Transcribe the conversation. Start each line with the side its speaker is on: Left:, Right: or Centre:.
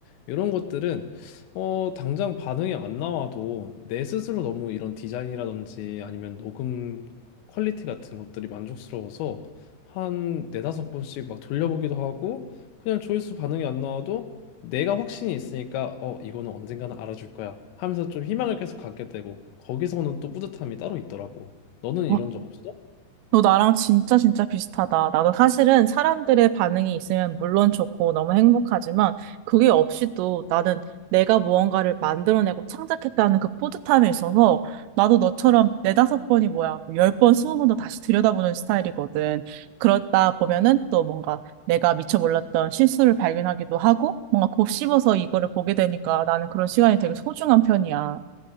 Left: 이런 것들은 어, 당장 반응이 안 나와도 내 스스로 너무 이런 디자인이라든지 아니면 녹음 퀄리티 같은 것들이 만족스러워서 한 네다섯 번씩 막 돌려보기도 하고 그냥 조회수 반응이 안 나와도 내가 확신이 있으니까 어 이거는 언젠가는 알아줄 거야 하면서 좀 희망을 계속 갖게 되고 거기서는 또 뿌듯함이 따로 있더라고. 너는
Right: 아,
Left: 이런 적 없어?
Right: 너 나랑 진짜 진짜 비슷하다. 나도 사실은 사람들의 반응이 있으면 물론 좋고 너무 행복하지만 그게 없이도 나는 내가 무언가를 만들어내고 창작했다는 그 뿌듯함에 있어서 나도 너처럼 네다섯 번이 뭐야, 뭐 열 번, 스무 번 더 다시 들여다보는 스타일이거든. 그러다 보면은 또 뭔가 내가 미처 몰랐던 실수를 발견하기도 하고 뭔가 곱씹어서 이거를 보게 되니까 나는 그런 시간이 되게 소중한 편이야.